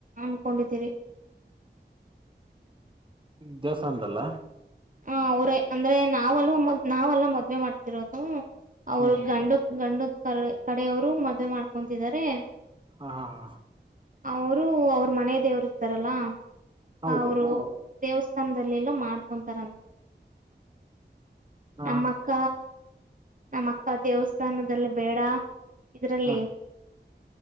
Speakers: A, on the right (about 45°); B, on the right (about 25°).
A: ಅನ್ಕೊಂಡಿದೀರಿ
B: ದೇವಾಸ್ತನದಲ್ಲ
A: ಹ ಅವ್ರೇ ಅಂದ್ರೆ ನಾವೆಲ್ಲದ್ ನಾವೆಲ್ಲಾ ಮದ್ವೆ ಮಾಡ್ತಿರೋದು ಅವರು
B: ಹ್ಮ್
A: ಗಂಡು ಗಂಡ ಕ ಕಡೆವರು ಮದ್ವೆ ಮಾಡ್ಕೊತಿದ್ದಾರೆ
B: ಹಾ ಹಾ ಹಾ
A: ಅವರು ಅವ್ರ ಮನ ದೇವರು ಇರ್ತಾರಲ್ಲ
B: ಹೌದು
A: ಅವರು ದೇವಸ್ಥಾನದಲ್ಲೆಲ್ಲೋ ಮಾಡ್ಕೊಂತಾರಂತ
B: ಹ
A: ನಮ್ಮ ಅಕ್ಕ ನಮ್ಮ ಅಕ್ಕ ದೇವಸ್ಥಾನದಲ್ಲಿ ಬೇಡ ಇದರಲ್ಲಿ
B: ಹ